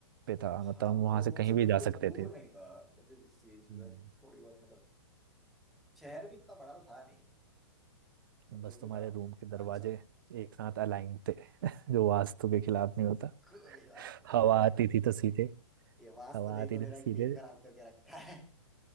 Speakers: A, on the right; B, in the centre.
A: पे था
B: हाँ
A: मतलब हम
B: मतलब
A: वहां
B: रोम
A: से कहीं
B: से कुछ
A: भी जा
B: भी
A: सकते
B: दूर
A: थे
B: नहीं था मुझे उससे ये चीज
A: हम्म।
B: है थोड़ी बहुत मतलब शहर भी इतना बड़ा तो था नहीं वो पर जो
A: बस
B: भी
A: तुम्हारे
B: था
A: रूम के दरवाजे
B: अच्छा था।
A: एक साथ अलाइन थे <laughs> जो वास्तु के खिलाफ नहीं होता
B: कोई बात नहीं
A: हवा
B: भाई
A: आती थी तो सीधे
B: ये वास्तव
A: हवा
B: नहीं
A: आती
B: तो मेरा
A: थी तो सीधे
B: गेम खराब करके रखा है